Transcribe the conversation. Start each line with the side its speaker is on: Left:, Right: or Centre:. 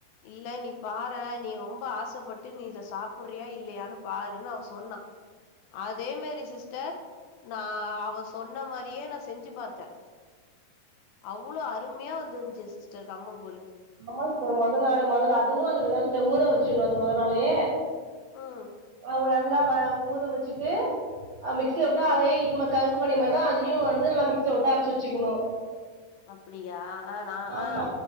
Left: இல்ல நீ பாறே நீ ரொம்ப ஆசைப்பட்டு நீ இத சாப்புட்ரியா இல்லையான்னு பாருன்னு அவ சொன்னா அதே மேரி சிஸ்டர் நா அவ சொன்ன மாறியே நா செஞ்சி பாத்த அவ்ளோ அருமையா வந்துருந்துச்சு சிஸ்டர் கம்மங்கூழு
Right: ஆமா சிஸ்டர் மொத நாள் மொத நா அதுவு அந்தமேறி தா ஊற வச்சிறனு அது மொதனாளே
Left: ம்
Right: அவு நல்லா வ ஊற வெச்சிட்டு ஹ மிக்ஸில விட்டு அதே இது கருப்பு கவுனி மாறி தா அதையு வந்து நல்ல மிக்சஸில விட்டு அரைச்சி வெச்சுக்கணு
Left: அப்பிடியா ஆ நா
Right: ஆமா
Left: ஆ